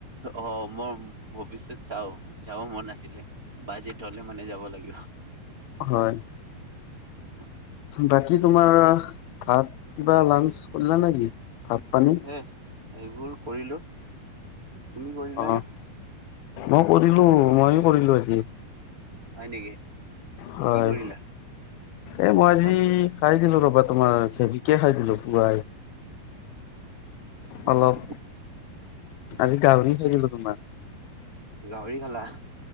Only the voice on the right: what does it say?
অ মই ভৱিষয়ত চাও, যাব মন আছিলে। বাজেট হলে মানে যাব লাগিব।
উ <inaudible>
হে এইবোৰ কৰিলো তুমি কৰিলানে?
হয় নেকি
কি কৰিলা
লাঞ্চত
কি
খালা?
গাহৰি খালা!